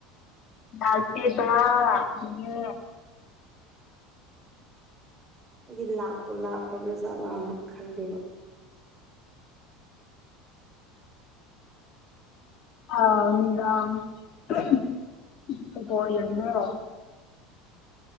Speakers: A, on the left; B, on the right.
A: ꯂꯥꯛꯇꯦꯗ ꯌꯦ
B: ꯑꯩꯗꯤ ꯂꯥꯛꯄ ꯂꯥꯛꯈ꯭ꯔꯕ꯭ꯔꯖꯥꯠꯂꯥꯅ ꯈꯜꯂꯦꯕ
A: ꯑ ꯃꯤꯒꯄꯣ ꯌꯦꯗꯣ